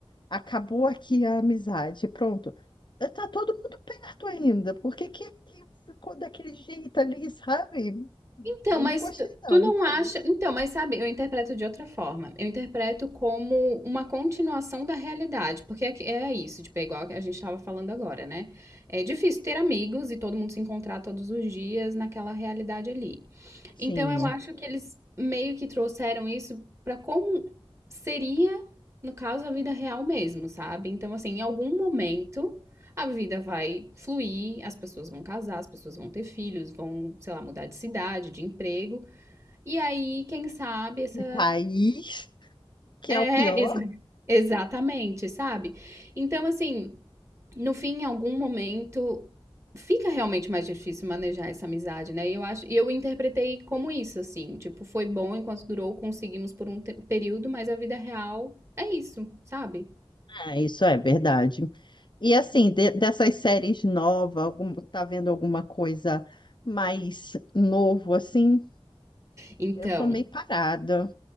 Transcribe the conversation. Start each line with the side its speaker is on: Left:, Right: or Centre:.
Left: Acabou aqui a amizade, pronto. Eh, Tá todo mundo perto ainda. Por que que, que ficou daquele jeito ali, sabe?
Right: Então,
Left: Eu
Right: mas
Left: não gostei,
Right: tu,
Left: não.
Right: tu não acha. Então, mas sabe, eu interpreto de outra forma. Eu interpreto como uma continuação da realidade, porque é, que- é isso, tipo, é igual que a gente estava falando agora, né? É difícil ter amigos e todo mundo se encontrar todos os dias naquela realidade ali.
Left: Sim.
Right: Então eu acho que eles meio que trouxeram isso pra como seria, no caso, a vida real mesmo, sabe? Então, assim, em algum momento a vida vai fluir, as pessoas vão casar, as pessoas vão ter filhos, vão, sei lá, mudar de cidade, de emprego. E aí, quem sabe, essa.
Left: De país. que
Right: É,
Left: é o pior.
Right: exa- <laughs> exatamente, sabe? Então, assim no fim, em algum momento, fica realmente mais difícil manejar essa amizade, né? E eu acho, e eu interpretei como isso, assim, tipo, foi bom enquanto durou, conseguimos por um te- período, mas a vida real é isso, sabe?
Left: É, isso é verdade. E assim, de- dessas séries novas, algum, tá vendo alguma coisa mais novo assim?
Right: Então,
Left: Eu tô meio parada.